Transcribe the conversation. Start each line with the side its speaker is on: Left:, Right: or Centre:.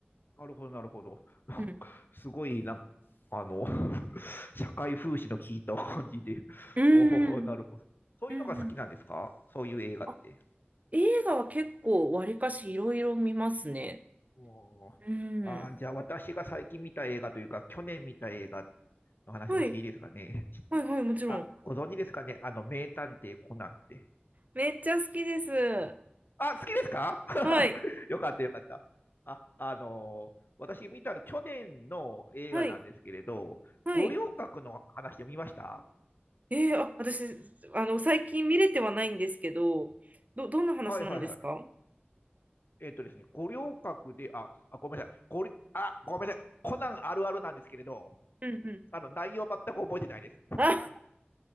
Left: なるほど、なるほど。なんかすごい、
Right: うん。
Left: なんあの、<laughs> 社会風刺の効いた感じで、
Right: うんうん。
Left: おお、なるほど。そういうのが好きなんですかそういう映画って。
Right: うんうん。あ、映画は結構、わりかしいろいろ見ますね。
Left: おーあー、
Right: うん。
Left: じゃあ私が最近見た映画というか、去年見た映画の話もしていいですかね。
Right: はい。はいはい、
Left: <laughs>
Right: もちろん。
Left: あ、ご存知ですかねあの、名探偵コナンって。
Right: めっちゃ好きです。は
Left: あ、好きですか <laughs>
Right: い。
Left: よかった、よかった。あ、あのー私見たの去年の映画なんですけれど、
Right: はい。はい。
Left: 五稜郭の話を見ました
Right: えー、あ、私、あの、最近見れてはないんですけど、ど、どんな話なんですか
Left: はいはいはい。えっとですね、五稜郭で、あ、あ、ごめんなさい。ごり、あ、ごめんなさい。コナンあるあるなんですけれど、
Right: うんうん。
Left: あの、内容全く覚えてないです。
Right: あ、